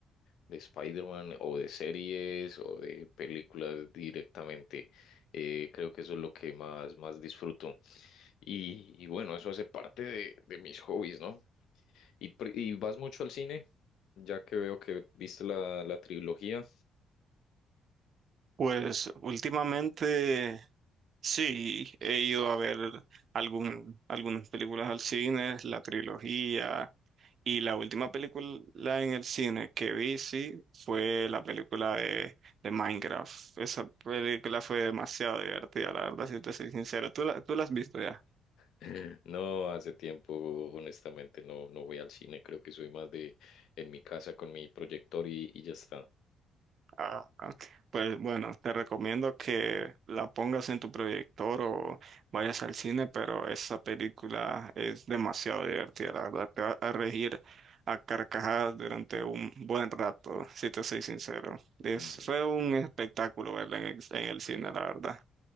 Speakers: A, on the left; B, on the right.
A: de Spider-Man o de series o de películas directamente. Eh, creo que eso es lo que más, más disfruto. Y, y bueno, eso hace parte de, de mis hobbies, ¿no? ¿Y, pr- y vas mucho al cine? Ya que veo que viste la, la trilogía.
B: Pues últimamente sí, he ido a ver algún, algunas películas al cine, la trilogía, y la última película en el cine que vi, sí, fue la película de, de Minecraft. Esa película fue demasiado divertida, la verdad, si te soy sincero. ¿Tú la, tú la has visto ya?
A: <laughs> No, hace tiempo, honestamente, no, no voy al cine. Creo que soy más de en mi casa con mi proyector y, y ya está.
B: Ah, ok. pues bueno, te recomiendo que la pongas en tu proyector o vayas al cine, pero esa película es demasiado divertida, la verdad, te va a regir a carcajadas durante un buen rato, si te soy sincero. Es,
A: ¿Y
B: fue un espectáculo verla en el, en el cine, la verdad.